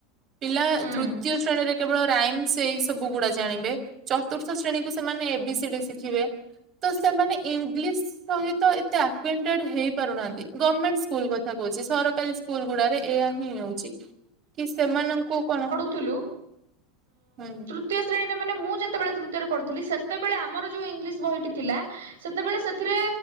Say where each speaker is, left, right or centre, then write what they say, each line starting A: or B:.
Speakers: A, on the right; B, on the right.
A: ପିଲା
B: ହୁଁ
A: ତୃତୀୟ ଶ୍ରେଣୀରେ କେବଳ ରାଇମସ ଏଇ ସବୁ ଗୁଡା ଜାଣିବେ। ଚତୁର୍ଥ ଶ୍ରେଣୀକୁୁ ସେମାନେ ଏ ବି ସି ଡି ଶିଖିବେ। ତ ସେମାନେ ଇଂଲିଶ ସହିତ ଏତେ ଆକ୍ୱେଣ୍ଟେଡ ହେଇପାରୁନାହାନ୍ତି। ଗମେଣ୍ଟ ସ୍କୁଲ କଥା କହୁଚି। ସରକାରୀ ସ୍କୁ ସ୍କୁଲ ଗୁଡାରେ ଏଇଆ ହିଁ ହଉଛି। କି ସେମାନଙ୍କୁ କଣ
B: ଥୁଲୁ।
A: ହୁଁ।
B: ତୃତୀୟ ଶ୍ରଣୀରେ ମାନେ ମୁଁ ଯେତେବେଳେ ତୃତୀୟରେ ପଢୁଥିଲି, ସେତେବେଳେ ଆମର ଯୋଉ ଇଂଲିଶ ବହିଟି ଥିଲା ସେତେବେଳେ ସେଥିରେ